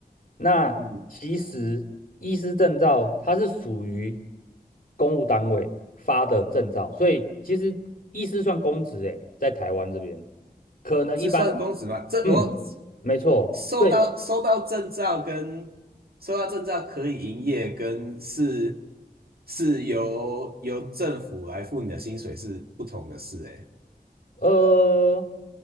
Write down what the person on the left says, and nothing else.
那其实医师证照它是属于
公务单位发的证照，所以其实医师算公职诶，在台湾这边，可能一般人，
嗯，没错。
对。
呃，